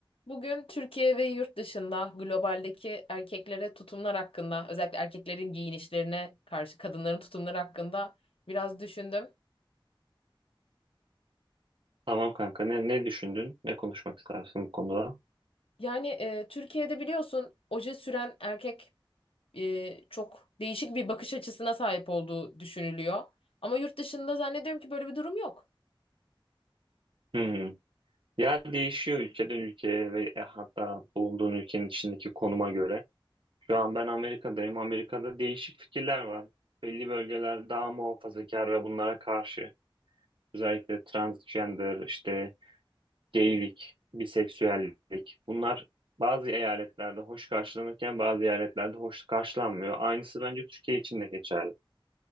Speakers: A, on the left; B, on the right.
A: Bugün Türkiye ve yurt dışında globaldeki erkeklere tutumlar hakkında, özellikle erkeklerin giyinişlerine karşı kadınların tutumları hakkında biraz düşündüm.
B: Tamam kanka. Ne, ne düşündün? Ne konuşmak istersin bu konuda?
A: Yani e, Türkiye'de biliyorsun oje süren erkek e, çok değişik bir bakış açısına sahip olduğu düşünülüyor. Ama yurt dışında zannediyorum ki böyle bir durum yok.
B: Hmm. Ya değişiyor ülkeden ülkeye ve e, hatta bulunduğun ülkenin içindeki konuma göre. Şu an ben Amerika'dayım. Amerika'da değişik fikirler var. Belli bölgeler daha muhafazakar ve bunlara karşı. Özellikle transgender, işte geylik, biseksüellik. Bunlar bazı eyaletlerde hoş karşılanırken bazı eyaletlerde hoş karşılanmıyor. Aynısı bence Türkiye için de geçerli.